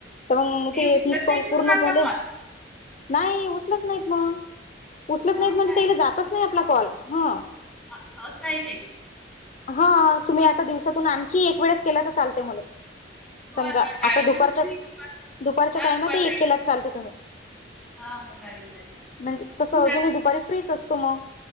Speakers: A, on the left; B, in the centre.
A: तर मग ते
B: उचलत
A: तीस कॉल
B: नाहीत ते
A: पूर्ण
B: मग आपला
A: झाले.
B: कॉल
A: नाही उचलत नाहीत मग उचलत
B: हो
A: नाहीत म्हणजे
B: काय
A: तेला जातच नाही आपला कॉल ह.
B: अ असय ते.
A: हा तुम्ही
B: अ,
A: आता दिवसातून आणखी एक वेळेस केला तर चालते मला. समजा
B: बरं बरं लावीन
A: आता दुपारच्या
B: ना मग मी दुपार
A: दुपारच्या
B: हा
A: टाइमातही एकीला
B: वेळेस
A: चालते
B: लावीन
A: तुम्ही.
B: हा हो लावीन लावीन
A: म्हणजे कसं
B: होऊन
A: अजून दुपारी फ्रीच असतो मग.